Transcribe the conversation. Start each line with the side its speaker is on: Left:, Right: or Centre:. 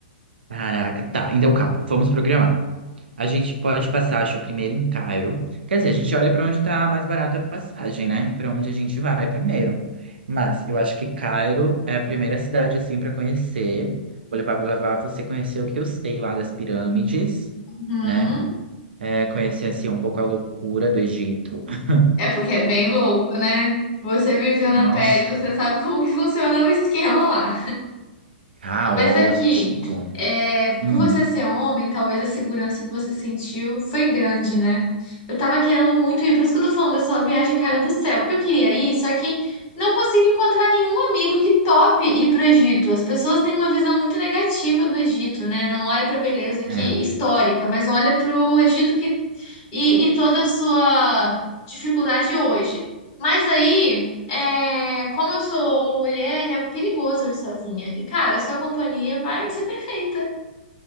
Right: Caraca, tá. Então, calma, vamos programar. A gente pode passar, acho, primeiro em Cairo. Quer dizer, a gente olha pra onde tá mais barata a passagem, né? Pra onde a gente vai primeiro. Mas eu acho que Cairo é a primeira cidade, assim, pra conhecer. Vou levar, vou levar você conhecer o que eu sei lá das pirâmides,
Left: Uhum.
Right: né? É, conhecer, assim, um pouco a loucura do Egito. <laughs>
Left: É porque é bem louco, né? Você viveu na
Right: Nossa,
Left: pele, você sabe como que funciona o esquema lá.
Right: caótico.
Left: Mas aqui, é,
Right: Hum,
Left: por você ser homem, talvez a segurança que você sentiu foi grande, né? Eu tava querendo muito ir, por isso que eu tô falando dessa viagem caiu do céu, porque eu queria ir, só que não consigo encontrar nenhum amigo que tope ir pro Egito. As pessoas têm uma visão muito negativa do Egito, né? Não olha pra beleza que
Right: é,
Left: histórica, mas olha pro Egito que e, e toda a sua dificuldade hoje. Mas aí é, como eu sou uma mulher, é perigoso eu ir sozinha. E, cara, sua companhia vai ser perfeita.